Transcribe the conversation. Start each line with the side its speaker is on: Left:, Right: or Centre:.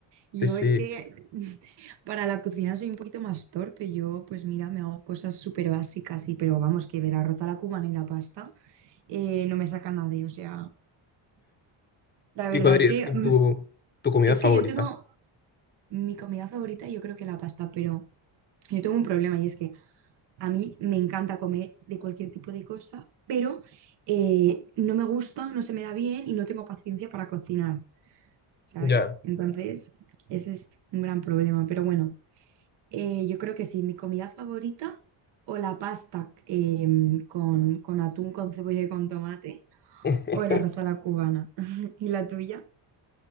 Right: Yo
Left: Sí, sí.
Right: es que <laughs> para la cocina soy un poquito más torpe. Yo, pues mira, me hago cosas súper básicas, y, pero vamos, que del arroz a la cubana y la pasta eh, no me saca nadie. O sea, la verdad
Left: ¿Y cuál dirías
Right: es que
Left: que
Right: mm,
Left: tu, tu comida
Right: es
Left: favorita?
Right: que yo tengo Mi comida favorita yo creo que la pasta, pero yo tengo un problema y es que a mí me encanta comer de cualquier tipo de cosa, pero eh, no me gusta, no se me da bien y no tengo paciencia para cocinar, ¿sabes?
Left: Ya.
Right: Entonces, ese es un gran problema, pero bueno, eh, yo creo que sí, mi comida favorita o la pasta eh, con, con atún, con cebolla y con tomate,
Left: <laughs>
Right: o el arroz a la cubana. <laughs> ¿Y la tuya?